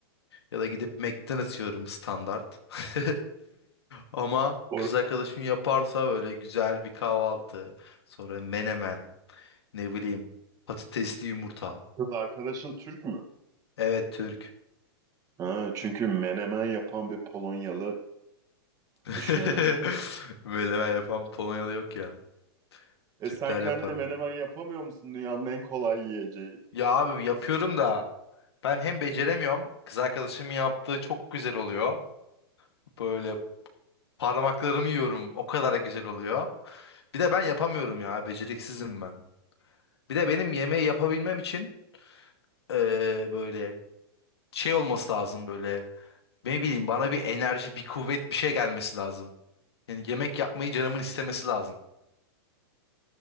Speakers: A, on the left; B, on the right.
A: Ya da gidip McDonald's yiyorum standart. <laughs> Ama
B: Or-
A: kız arkadaşım yaparsa böyle güzel bir kahvaltı. Sonra menemen. Ne bileyim. Patatesli yumurta.
B: Kız arkadaşın Türk mü?
A: Evet Türk.
B: Ha, çünkü menemen yapan bir Polonyalı
A: <laughs>
B: düşünemedim
A: Menemen yapan Polonyalı yok ya.
B: E
A: Türkler
B: sen kendine
A: yapar onu.
B: menemen yapamıyor musun? Dünyanın en kolay yiyeceği.
A: Ya abi yapıyorum da ben hem beceremiyorum. Kız arkadaşımın yaptığı çok güzel oluyor. Böyle Parmaklarımı yiyorum. O kadar güzel oluyor. Bir de ben yapamıyorum ya. Beceriksizim ben. Bir de benim yemeği yapabilmem için eee, böyle şey olması lazım böyle. Ne bileyim bana bir enerji, bir kuvvet, bir şey gelmesi lazım. Yani yemek yapmayı canımın istemesi lazım.